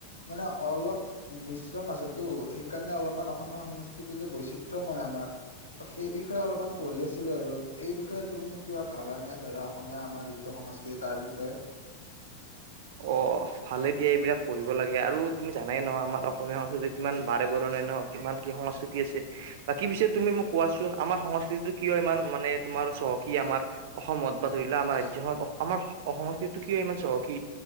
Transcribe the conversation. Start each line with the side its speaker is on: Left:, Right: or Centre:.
Left: মানে অলপ মিশ্ৰণ আছেতটো সেইকাৰণে অলপমান অসমীয়া সংস্কৃতি যিটো বৈচিত্ৰময় আমাৰ ত, সেই বিষয়ে অলপমান পঢ়ি আছিলো আৰু এই বিষয়ে তুমি কিবা ভাবা নে ধৰা অসমীয়া আমাৰ সংস্কৃতি তাৰ বিষয়ে
Right: অ ভালে দিয়ে এইবিলাক পঢ়িব লাগে আৰু তুমি জানাই ন আমাৰ অসমীয়া সংস্কৃতি কিমান বাৰে বৰণিয়া ন। কিমান কি সংস্কৃতি আছে? বাকী পিছে তুমি মোক কোৱাচোন আমাৰ সংস্কৃতিতটো কিয় ইমান মানে তোমাৰ চহকী আমাৰ? অসমত বা ধৰি লোৱা আমাৰ ৰাজ্যখনত আমাৰ সংস্কৃতিটো কি ইমান চহ কি